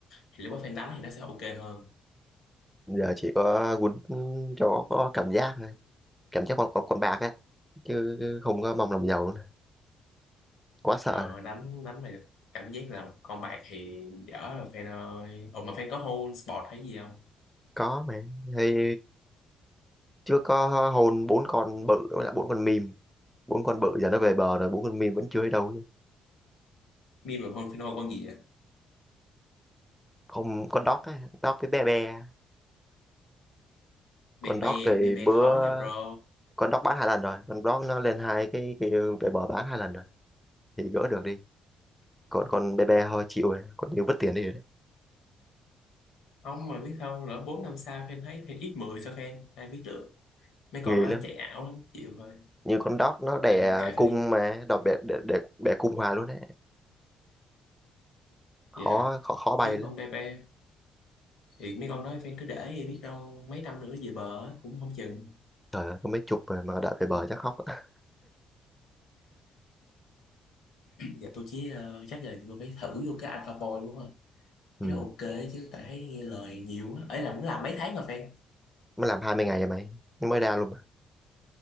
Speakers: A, on the left; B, in the centre.
A: thì lúc đó fan đánh thì nó sẽ ok hơn
B: giờ chỉ có quýnh cho có cảm giác thôi cảm giác con con, con bạc á chứ không có mong làm giàu nữa nè. quá sợ
A: rồi
B: rồi.
A: đánh đánh mà cảm giác là con bạc thì dở rồi fan ơi ồ mà fan có hold support hay gì không
B: có mà thì chưa có hôn bốn con bự với lại bốn con mìm bốn con bự giờ nó về bờ rồi bốn con mìm vẫn chưa ở đâu chứ
A: bi mà hold fan hold con gì vậy
B: không con dog á dog với bé bé
A: be
B: con
A: be
B: dog thì
A: à be be
B: bữa
A: khó nha bro
B: con dog bán hai lần rồi con dog nó lên hai cái, cái về bờ bán hai lần rồi thì gỡ được đi còn con bé bé thôi chịu rồi con như mất tiền đi rồi đấy
A: không mà biết sao lỡ bốn năm sau fan thấy fan ít 10 sao fan ai biết được mấy con
B: nghỉ
A: đó
B: lắm
A: chạy ảo lắm chịu thôi
B: như con dog nó đẻ
A: nên thôi kệ fan
B: cung
A: đi
B: mà đọt bẹ để, để bẹ cung hoài luôn đấy khó
A: Vậy hả?
B: khó khó
A: Chứ
B: bay lắm
A: con Pepe thì mấy con nói phải cứ để đi biết đâu mấy năm nữa về bờ á, cũng không chừng.
B: trời ơi có mấy chục mà, mà đợi về bờ
A: <clears throat>
B: chắc khóc <laughs>
A: Giờ tôi chỉ ờ, chắc là tôi phải thử vô cái Alpha Boy đúng không?
B: ừ.
A: Cái đó ok chứ tại thấy nghe lời nhiều á. Ấy là cũng làm mấy tháng mà fan.
B: mới làm 20 ngày rồi mày nó mới ra luôn mà